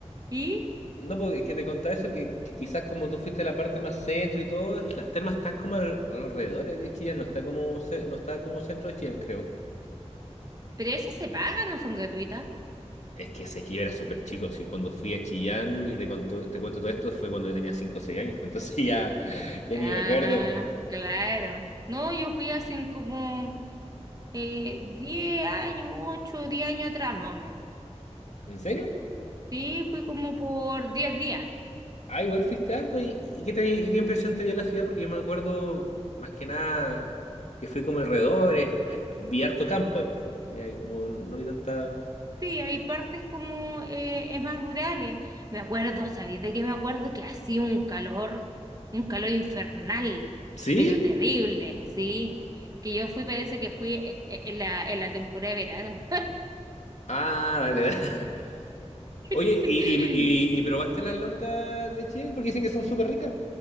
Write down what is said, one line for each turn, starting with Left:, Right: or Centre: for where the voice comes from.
Right: Y,
Left: no, porque es que te contaba eso, que, que quizás como tú fuiste a la parte más centro y todo, las termas están como al- a los alrededores de Chillán, no está como, ce- no está como centro de Chillán, creo.
Right: pero esas se pagan, no son gratuitas.
Left: Es que sé que yo era súper chico, si cuando fui a Chillán y te conto- te cuento todo esto fue cuando yo tenía 5 o 6 años, pues entonces <laughs> ya, ya
Right: Ah,
Left: ni me acuerdo.
Right: claro.
Left: pues.
Right: No, yo fui hace como eh, 10 años, 8, 10 años atrás más o menos.
Left: ¿En serio?
Right: Sí, fui como por 10 días.
Left: Ah, igual fuiste harto. ¿Y, y qué te- y qué impresión te dio la ciudad? Porque yo me acuerdo, más que nada, que fui como alrededores, eh, vi harto campo ahí, po. Vi ahí como no vi tanta...
Right: Sí, hay partes como eh, es más rurales. Me acuerdo, ¿sabéis de qué me acuerdo? Que hacía un calor, un calor infernal,
Left: ¿Sí?
Right: pero terrible, ¿sí? Que yo fui, parece que fui eh, eh, en la, en la temporada de verano.
Left: Ah, dale, dale. <laughs> Oye,
Right: <laughs>
Left: ¿y, y, y- y probaste las longas de Chillán? Porque dicen que son súper ricas.